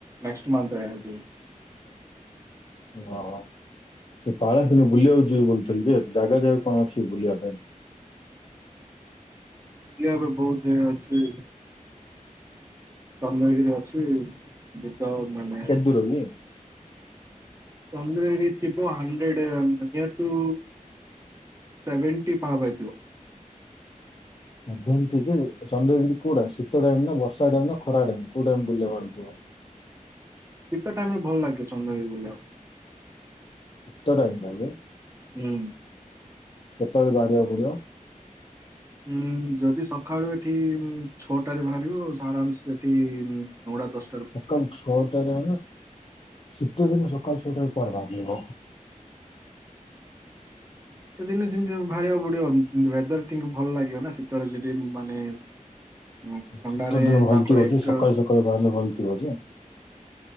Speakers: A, on the right (about 20°); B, on the left (about 40°).
A: ନେକ୍ସଟ ମନ୍ଥରେ ଯିବି।
B: ହଁ ଏ <unintelligible> ବୁଲିବାକୁ ଯ ବୋଲୁଥିଲି ଯେ ଜାଗା ଯାଗା କଣ ଅଛି ବୁଲିବା ପାଇଁ?
A: ବୁଲିବାକୁ ବହୁତ ଜାଗା ଅଛି। ଚନ୍ଦ୍ରଗିରି ଅଛି ଇଏ ତ ମାନେ
B: <inaudible>
A: ତନ୍ଦୁରୀ ଏଇ ଥିବ ହଣ୍ଡ୍ରେଡ ନିୟର୍ ଟୁ ସେଭେଣ୍ଟି ପାହବେ ଥିବ।
B: ଏମତି କି ଚନ୍ଦ୍ରଗିରି କୋଉଟା ଶୀତ ଟାଇମ ନା ବର୍ଷା ଟାଇମ ନା ଖରା ଟାଇମ କୋଉଟାଇମ ବୁଲିବା ପାଇଁ ହେଇଥିବ?
A: ଶୀତ ଟାଇମରେ ଭଲ ଲାଗେ ଚନ୍ଦ୍ର ଗିରି ବୁଲିବାକୁ?
B: ଶୀତ ଟାଇମ।
A: ହୁଁ।
B: କେତେବେଳେ ବାହାରିବାକୁ ପଡ଼ିବ?
A: ଉଁ ଯଦି ସକାଳୁ ଏଠି ଛଅଟାରେ ବାହାରିବ ଆରାମସ ସେଠି ନଅଟା ଦଶଟା
B: ସକାଳ ଛଅଟାରେ ଶୀତ ଦିନ ସକାଳ ଛଅଟାରେ କୁଆଡେ ବାହାରିବ?
A: ଶୀତ ଦିନ ଯେମିତି ବାହାରିବାକୁ ପଡିବ ୱେଦର ଭଲ ଲାଗିବ ନା ଶୀତରେ ସେଠି ମାନେ ହଁ ଥଣ୍ଡାରେ
B: ଶୀତ ଦିନ ଭଲ
A: ତାପରେ
B: ଥିବ ଯେ
A: ଏକା
B: <inaudible>